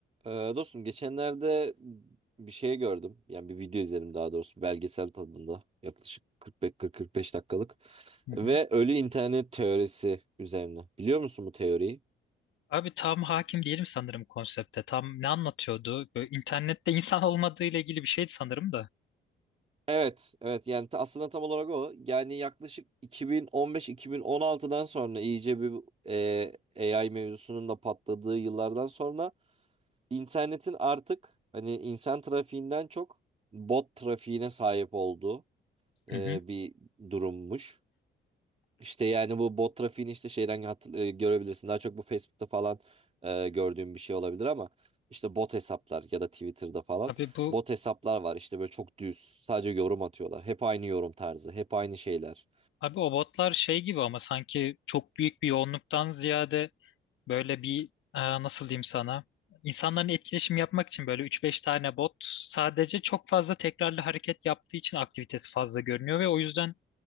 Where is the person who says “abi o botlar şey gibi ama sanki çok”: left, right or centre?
Left